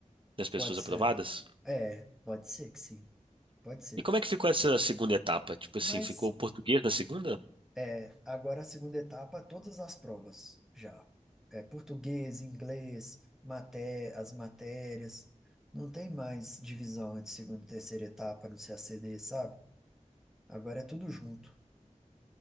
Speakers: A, on the right; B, in the centre.
A: Das pessoas
B: Pode ser.
A: aprovadas?
B: É, pode ser que sim. Pode ser.
A: E como é que ficou essa segunda etapa? Tipo assim,
B: Mas.
A: ficou o português na segunda?
B: É, agora a segunda etapa, todas as provas já. É, português, inglês, maté as matérias. Não tem mais divisão entre segunda e terceira etapa no CACD, sabe? Agora é tudo junto.